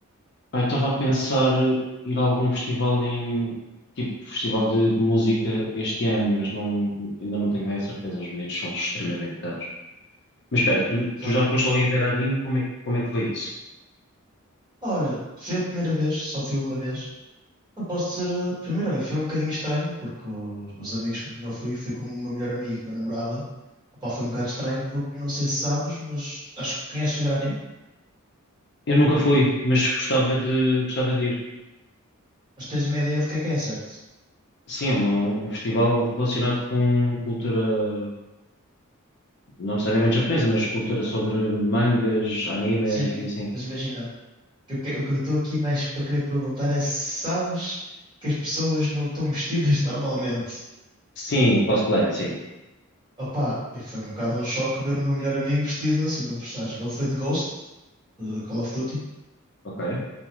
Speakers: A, on the left (about 50°); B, on the right (about 20°).
A: Pá, eu estava a pensar eh, ir a algum festival em, tipo, festival de, de música este ano, mas não, ainda não tenho bem a certeza, os bilhetes são extremamente caros. Mas espera, tu,
B: Mas,
A: tu
B: ah,
A: já foste ao Iberanime, como é que, como é que foi isso?
B: Olha, fui a primeira vez, só fui uma vez. Não posso dizer, ah, primeiro, olha, foi um bocadinho estranho, porque os, os amigos com quem eu fui, fui com o meu melhor amigo, com a namorada. Opá, foi um bocado estranho, porque não sei se sabes, mas acho que conheces o Iberanime,
A: Eu nunca fui, mas gostava de, gostava de ir.
B: mas tens uma ideia do que é que é, certo?
A: Sim, é uma- um um festival relacionado com cultura, não necessariamente japonesa, mas cultura sobre mangas, animes
B: Sim,
A: e assim.
B: mas imagina. que eu, que- o que eu estou aqui mais para querer perguntar é se sabes que as pessoas não estão vestidas <laughs> normalmente.
A: Sim, cosplay, sim.
B: Opa, e foi um bocado um choque ver o meu melhor amigo vestido assim de um personagem. Ele foi de Ghost, de Call of Duty,
A: Ok.